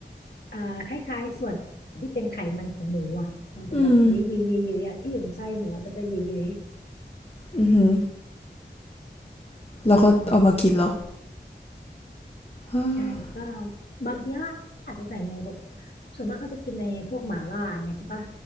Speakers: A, on the left (about 65°); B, on the left (about 35°).
A: อ่าคล้ายๆส่วนที่เป็นไขมันของหมูอ่ะมันจะแบบยื้อยื้อยื้อยื้ออะที่อยู่ในไส้หมูอะมันจะยื้อยื้อ
B: อืมอือฮึแล้วก็เอามากินเหร
A: อืม
B: ออ
A: ใช่ก็บางทีก็อาจจะใส่ในแบบส่วนมากเขาจะกินในพวกหม่าล่าอย่างเงี้ยใช่ปะ